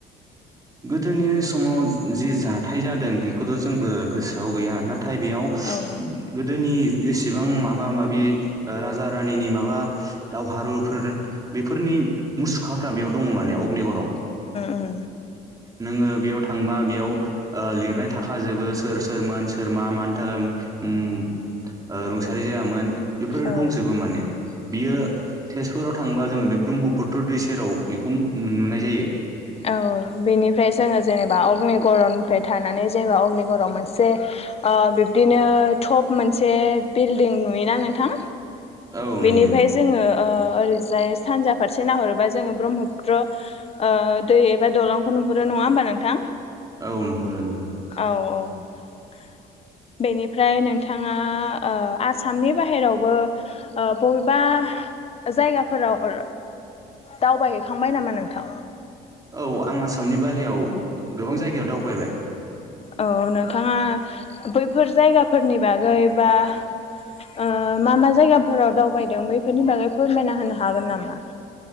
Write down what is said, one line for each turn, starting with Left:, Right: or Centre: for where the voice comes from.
Right: गोदोनि समाव जि जाथाय जादों बेखौथ' जोंबो गोसोआव गैया नाथाय- नाथाय बेयाव
Left: औ उम
Right: गोदोनि जेसेबां माबा! माबि राजा -रानिनि माबा दावहारुफोर बेफोरनि,, मुसुखाफोरा बेयाव दङ माने अग्निग़ाव-
Left: उम
Right: नोङो बेयाव थांबा बेयाव लिरनाय थाखाजोबो सोर सोरमोन सोर मा मानि थाखाय- रुंसारि जायामोन बेफोरो
Left: औ
Right: दंजोबो माने- बियो तेजपुराव थांबा जोङो बे ब्रह्मपुत्र दै सेराव बेखौ नुनाय जायो।
Left: औ बेनिफ्राय जोङो जेनेबा अग्निगऱनिफ्राय थानानै जेनेबा अग्निगऱआव मोनसे- आ बिब्दिनो टप मोनसे बिल्डिं नुयोना नोंथां?
Right: औ
Left: बिनिफाय
Right: नुयो
Left: जोङो ओ ओरैजाय सानजा फारसे नाहरोबा जोङो ब्रह्मपुत्र ओ दै एबा दलंखौ नुहरो नङा होमबा नोंथां?
Right: औ नुहुरो नुहुरो।
Left: औ <inaudible> बेनिफ्राय नोंथाङा ओ आसामनि बाहेरावबो ओ बबेबा <unintelligible> जायगाफोराव <unintelligible> ओ दावबायहैखांबाय नामा नोंथां?
Right: औ आं आसामनि बाहेरायाव गोबां जायगायाव दावबायबाय
Left: औ नोंथाङा बैफोर जायगाफोरनि बागै बा ओ मा मा जायगाफोराव दावबायदों बैफोरनि बागै फोरमायना होनो हागोन नामा?